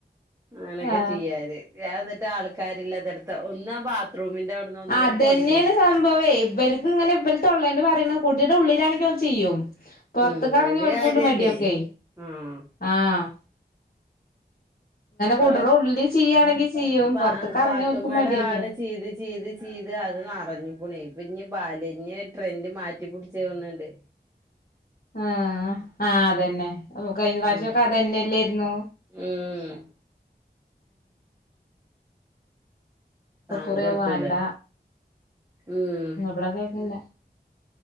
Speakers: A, on the right (about 15°); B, on the left (about 60°).
A: അങ്ങനൊക്കെ
B: ആ
A: ചെയ്യാന് ഞാന്നിട്ട് ആൾക്കാരില്ലാത്തിടത്ത് ഒന്നാ ബാത്റൂമിന്റെ അവ് ന്ന് ഒന്നൊര്
B: അതന്നെയാണ്
A: പൊന്തിന്ന്
B: സംഭവേ ഇവര്ക്ക് ഇങ്ങനെ ഇവലത്തൊള്ളോണ്ട് പറയുണത് കുടിടെ ഉള്ളിലാണെങ്കി ഓൽ ചെയ്യും പൊർത്ത്കറങ്ങിയാ
A: ഉം അയില്
B: ഓൽക്കൂണ്ട്
A: കാര്യല്ലേ
B: മടിയൊക്കെ
A: ആഹ്
B: ആഹ്
A: അപ്പ
B: കുടറ് ഉള്ളിൽ ചെയ്യാണെങ്കി ചെയ്യും പൊറത്ത്ക്ക്
A: അത്
B: എറങ്ങിയ
A: പാത്തുമമടെ
B: ഓൽക്കും മടിയന്നെയാണ്
A: ആട് ചീത് ചീത് ചീത് അത് നറഞ്ഞുക്കുണേ ഇപ്പ ഇഞ് ബാല്ഞ് ട്രെൻന്റ് മാറ്റി പിടിച്ചാതോനിണ്ട്
B: ആഹ് ആഹ് അതന്നെ അപ്പൊ കഴിഞ്ഞറാശ്യൊക്കെ
A: ഉം
B: അതന്നെല്ലേര്ന്നു
A: ഉം
B: ഇപ്പൊ
A: താങ്
B: കുറേവാണ്ട
A: കൊടുത്തൂലേ ഉം
B: പിട കേക്കല്ല